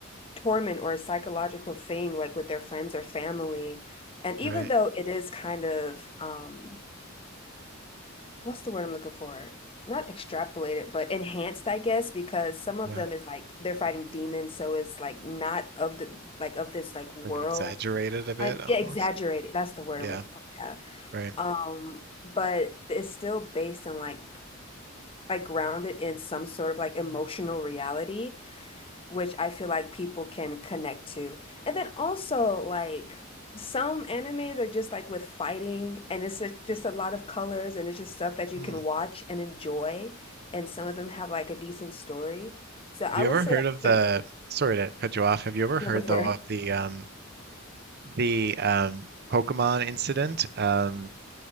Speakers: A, on the left; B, on the right.
A: torment or a psychological thing like with their friends or family. And
B: Right.
A: even though it is kind of um what's the word I'm looking for? Not extrapolated, but enhanced, I guess, because some of
B: Yeah.
A: them is like they're fighting demons, so it's like not of the like of this like world.
B: Like exaggerated a bit
A: i
B: almost.
A: yeah, exaggerated. That's the word
B: Yeah,
A: I'm looking for. Yeah.
B: right.
A: Um, but it's still based on like like grounded in some sort of like emotional reality which I feel like people can connect to. And then also like some animes are just like with fighting and it's just just a lot of colors and it's just stuff that you
B: Mm.
A: can watch and enjoy. And some of them have like a decent story. So I
B: Have you
A: would
B: ever
A: say
B: heard of the,
A: for
B: sorry to cut you off. Have you ever heard
A: number 4
B: though of the um the um Pokemon incident? Um